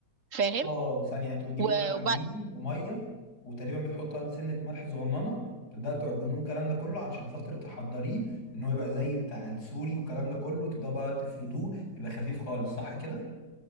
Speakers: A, on the right; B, on the left.
A: فاهم
B: اه ثانيه انتوا بتجيبوا
A: و-
B: بقى العجين
A: وبعد
B: وميه وتقريبا بتحطوا عليه سنه ملح صغننه تبدأ تعجنوه الكلام ده كله علشان خاطر تحضريه ان هو يبقى زي بتاع السوري والكلام ده كله وتبدأ بقى تفردوه يبقى خفيف خالص صح كده